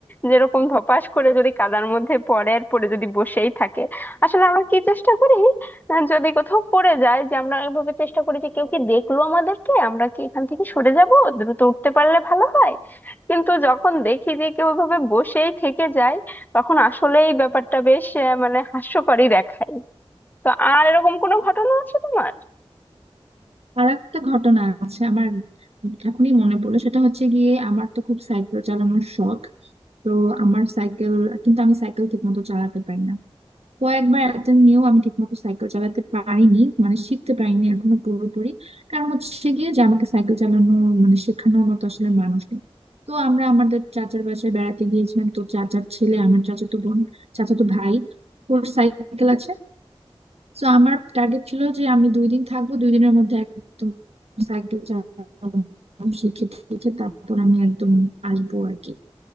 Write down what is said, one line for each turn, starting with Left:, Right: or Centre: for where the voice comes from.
Left: যেরকম ধপাস করে যদি কাদার মধ্যে পড়ে আর পড়ে যদি বসেই থাকে আসলে আমরা কি চেষ্টা করি আহ, যদি কোথাও পড়ে যায় যে আমরা এভাবে চেষ্টা করি যে কেউ কি দেখলো আমাদেরকে আমরা কি এখান থেকে সরে যাব দ্রুত উঠতে পারলে ভালো হয় কিন্তু যখন দেখি যে কেউ এভাবে বসেই থেকে যায় তখন আসলেই ব্যাপারটা বেশ আহ, মানে হাস্যকরই দেখায় তো আর এরকম কোনো ঘটনা আছে তোমার
Right: আর একটা ঘটনা আছে আমার এখনই মনে পড়লো সেটা হচ্ছে গিয়ে আমার তো খুব সাইকেল চালানোর শখ তো আমার সাইকেল কিন্তু আমি সাইকেল ঠিক মতো চালাতে পারি না। কয়েকবার অ্যাটেম্প নিয়েও আমি ঠিকমতো সাইকেল চালাতে পারিনি মানে শিখতে পারিনি এখনো পুরোপুরি কারণ হচ্ছে গিয়ে যে আমাকে সাইকেল চালানো মানে শেখানোর মতো আসলে মানুষ নেই তো আমরা আমাদের চাচার বাসায় বেড়াতে গিয়েছিলাম তো চাচার ছেলে আমার চাচাতো বোন চাচাতো ভাই ওর সাইকেল আছে তো আমার টার্গেট ছিল যে আমি দুই দিন থাকবো দুই দিনের মধ্যে একদম সাইকেল চালানো শিখে টিখে তারপর আমি একদম আসবো আর কি